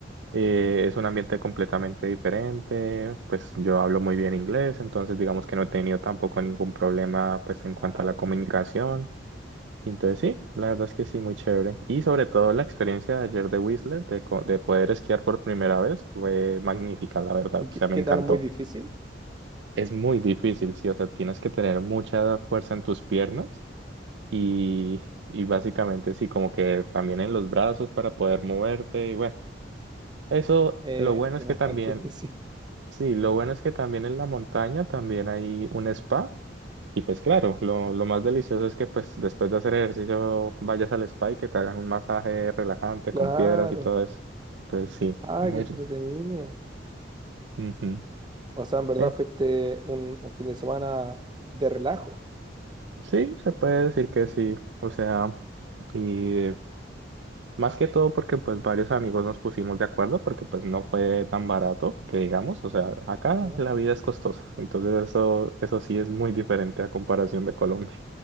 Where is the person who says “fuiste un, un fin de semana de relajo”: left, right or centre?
Right